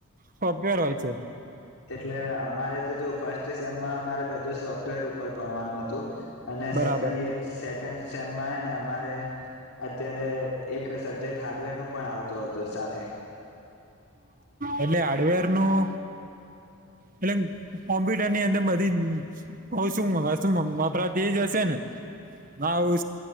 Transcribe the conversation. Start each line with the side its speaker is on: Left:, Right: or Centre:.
Right: સોફ્ટવેર હોય છે.
Left: એટલે અમારે તો જો ફર્સ્ટ સેમમાં અમારે બધું સોફ્ટવેર ઉપર ભણવાનું હતું. અને
Right: બરાબર
Left: સેકન્ડ સેકન્ડ સેમમાં ને અમારે અત્યારે એક સબ્જેક્ટ હાર્ડવેર નો પણ આવતો હતો સાથે
Right: એટલે હાડવેરનું એટલે કોમ્પ્યુટરની અંદર બધી શું આપ તે જ હશે ને હા